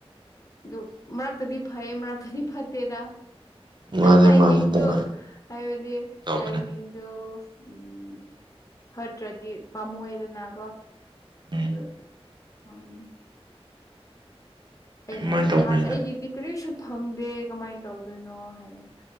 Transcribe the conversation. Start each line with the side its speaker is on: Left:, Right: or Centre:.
Left: ꯗꯨꯛ ꯃꯔꯛꯇꯗꯤ ꯐꯩ ꯃꯔꯛꯇꯗꯤ ꯐꯠꯇꯦꯗ
Right: ꯃꯥꯅꯦ
Left: ꯇꯥꯏꯃꯤꯡꯗꯨ
Right: ꯃꯥꯅꯦ ꯇꯃꯥꯏꯅ
Left: ꯍꯥꯏꯕꯗꯤ
Right: ꯇꯧꯕꯅꯦ
Left: ꯇꯥꯏꯃꯤꯡꯗꯨ ꯎꯝ ꯐꯠꯇ꯭ꯔꯗꯤ ꯄꯥꯝꯃꯨꯑꯦꯗꯅꯒꯣ
Right: ꯎꯝ
Left: ꯗ ꯑꯝ ꯑꯩꯅ
Right: ꯑꯗꯨꯃꯥꯏꯅ ꯇꯧꯕꯅꯤꯗ
Left: ꯅꯍꯥꯟ ꯑꯩꯒꯤꯗꯤ ꯀꯔꯤꯁꯨ ꯐꯪꯗꯦ ꯀꯃꯥꯏꯟ ꯇꯧꯗꯣꯏꯅꯣ ꯍꯥꯏꯕ